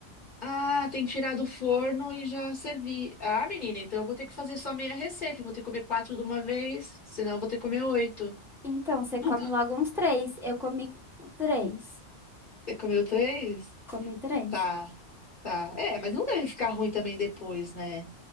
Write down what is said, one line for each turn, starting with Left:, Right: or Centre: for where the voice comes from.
Left: ah, tem que tirar do forno e já servir. Ah, menina, então eu vou ter que fazer só meia receita. Eu Vou ter que comer quatro de uma vez, senão eu vou ter que comer oito.
Centre: Então, você come
Left: Não tá.
Centre: logo uns três. Eu comi três.
Left: Você comeu três?
Centre: Comi três.
Left: Tá, tá. É, mas não deve ficar ruim também depois, né?